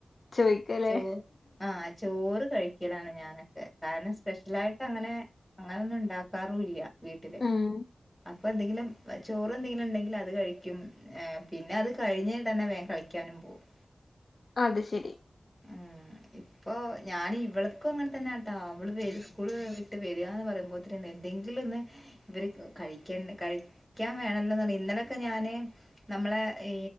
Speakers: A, on the left; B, in the centre.
A: ചോയിക്കല്ലേ
B: ചോ ആഹ് ചോറ് കഴി ക്കലാണ് ഞാനക്കെ കാരണം സ്പെഷ്യലായിട്ട് അങ്ങനെ അങ്ങനൊന്നുണ്ടാക്കാറുല്ല്യ വീട്ടില്
A: ഉം
B: അപ്പൊ എന്തെങ്കിലും ചോറെന്തെങ്കിലുണ്ടെങ്കിൽ അത് കഴിക്കും ഏഹ് പിന്നെ അത് കഴിഞ്ഞിട്ടന്നെ വേം കളിക്കാനും പോവും
A: അത് ശെരി
B: ഉം ഇപ്പൊ ഞാനി ഇവ്ള് ക്കും അങ്ങൻ തന്നെട്ടാ അവള് വെരി സ്കൂള് വിട്ട് വരാന്ന് പറയുമ്പോത്തന് എന്തെങ്കിലെന്ന് ഇവര് കഴിക്കേണ്ട കഴിക്കാൻ വേണല്ലോന്ന് ഇന്നലോക്കെ ഞാന് നമ്മളെ ഈ